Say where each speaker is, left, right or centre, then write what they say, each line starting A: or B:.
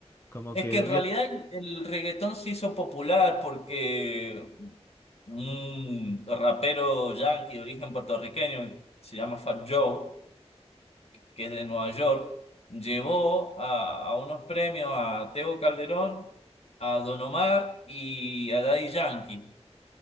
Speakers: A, on the left (about 25°); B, on the left (about 65°).
A: como
B: es
A: que
B: que
A: bebían,
B: en realidad el, el reggaetón se hizo popular porque un rapero yankee de origen puertorriqueño, se llama Fat Joe, que es de Nueva York, llevó a, a unos premios a Tego Calderón, a Don Omar y a Daddy Yankee.